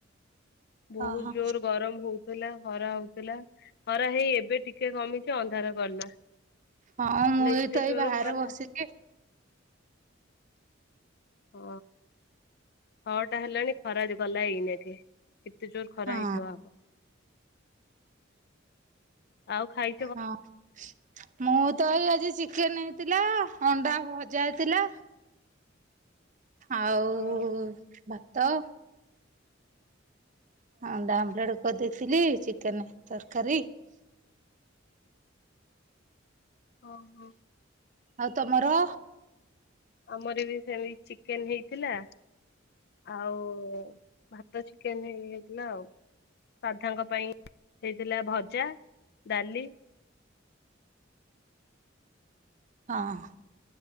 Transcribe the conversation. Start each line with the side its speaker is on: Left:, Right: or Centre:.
Left: ବହୁ
Right: ଓହୋ
Left: ଜୋର ଗରମ ହଉଚି। ହଉଥିଲା ଖରା ହଉଥିଲା ଖରା ହେଇ ଏବେ ଟିକେ କମିଚି ଅନ୍ଧାର କଲା।
Right: ହଁ ମୁଁ
Left: ନହେଲେ ଏତେ
Right: ତ
Left: ଜୋର
Right: ଏଇ ବାହାରେ
Left: ଖରା
Right: ବସିଚି।
Left: ଓ ହୋ ଛଅ ଟା ହେଲାଣି ଖରା ଜ ଗଲା ଏଇନାକେ ଏତେ ଜୋର ଖରା
Right: ହଁ
Left: ହେଇଥିବ ଆଉ ଖାଇ
Right: ହଁ। ମୁଁ ତ ଏଇ ଆଜି ଚିକେନ ହେଇଥିଲା ଅଣ୍ଡା ଭଜା ହେଇଥିଲା। ଆଉ
Left: ହଁ
Right: ଭାତ। ଅଣ୍ଡା ଆମ୍ବମ୍ଲେଟ୍ କରିଦେଇଥିଲି, ଚିକେନ ତରକାରୀ।
Left: ଓହୋ।
Right: ଆଉ ତମର?
Left: ଆମର ବି ସେମିତ୍ ଚିକେନ ହେଇଥିଲା। ଆଉ ଭାତ ଚିକେନ୍ ହେଇଥିଲା ଆଉ। ସାାଦ୍ଧାଙ୍କ ପାଇଁ ହେଇଥିଲା ଭଜା ଡାଲି।
Right: ହଁ।